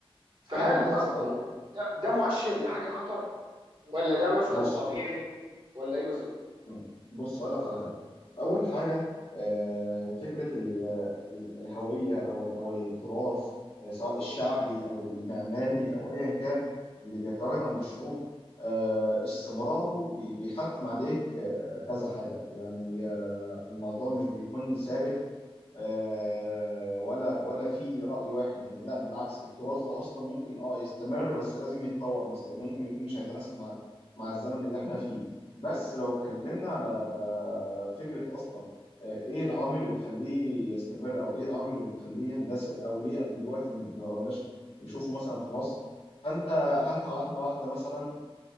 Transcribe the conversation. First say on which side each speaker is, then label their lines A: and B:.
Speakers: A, on the right; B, on the left.
A: فهل
B: فاهم قصدك
A: اصلا
B: اه
A: ده, ده مؤشر لحاجه خطر ولا ده مثلا
B: بص
A: طبيعي ولا ايه بالظبط
B: مم. بص أقول لك على حاجة أول حاجة آه، فكرة ال- ال- الهوية أو ال- أو التراث آه، سواء الشعبي أو المعماري أو أيا كان اللي بيتواجد عند الشعوب آه، استمراره بي- بيحتم عليك آه، كذا حاجة يعني آه، الموضوع مش بيكون ثابت آه، ولا ولا في رأي واحد يعني لا بالعكس التراث ده أصلا ممكن اه يستمر بس لازم يتطور مثلا لأنه ممكن يكون مش هيتناسب مع مع الزمن اللي احنا فيه بس لو اتكلمنا على فكرة أصلا آه، إيه العوامل اللي بتخليه يستمر أو إيه العوامل اللي بتخليه يندثر أو ليه دلوقتي ما بقناش نشوفه مثلا في مصر فأنت هاتها واحدة واحدة مثلا